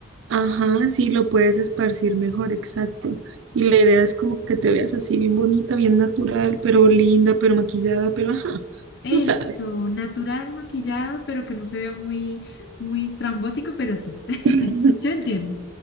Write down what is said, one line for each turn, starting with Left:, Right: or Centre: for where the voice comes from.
Right: Ajá, sí, lo puedes esparcir mejor, exacto. Y la idea es como que te veas así bien bonita, bien natural, pero linda, pero maquillada, pero ajá,
Left: Eso,
Right: tú sabes.
Left: natural maquillado, pero que no se vea muy, muy estrambótico, pero sí. <laughs>
Right: <laughs>
Left: Yo entiendo.